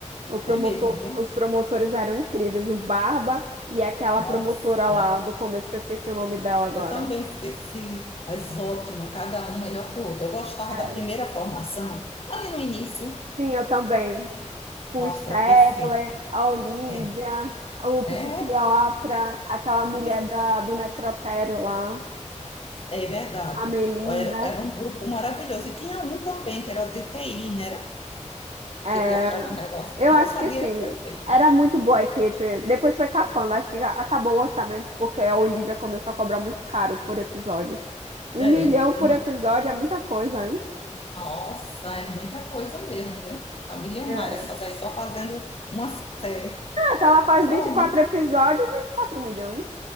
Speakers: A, on the right; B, on the left.
A: O promotor,
B: É mesmo, viu?
A: os promotores eram incríveis, o Barba e aquela
B: Nossa,
A: promotora lá do começo, que eu esqueci o nome dela agora.
B: eu também esqueci, mas ótima, cada um melhor que o outro. Eu gostava
A: É,
B: da primeira formação, ali no início.
A: Sim, eu também. Com
B: Nossa,
A: o Stabler,
B: era perfeito.
A: a Olivia,
B: É,
A: o psiquiatra,
B: é,
A: aquela mulher
B: o pis-
A: da, do necrotério lá,
B: é verdade.
A: a Melinda.
B: Ó, Era, era um grupo maravilhoso. E tinha um também que era de TI, né? Era?
A: É,
B: Que ele achava um negócio.
A: eu
B: Nossa,
A: acho que
B: ali
A: sim,
B: era perfeito.
A: era muito boa a equipe. Depois foi capando, acho que acabou o orçamento porque a Olivia começou a cobrar muito caro por episódio. Um
B: É,
A: milhão por
B: e não.
A: episódio é muita coisa, hein?
B: Nossa, é muita coisa mesmo, viu? Tá milionária
A: É.
B: essa daí, só fazendo uma série.
A: Se ela faz
B: Só
A: vinte e quatro
B: uma.
A: episódios, 24 milhões.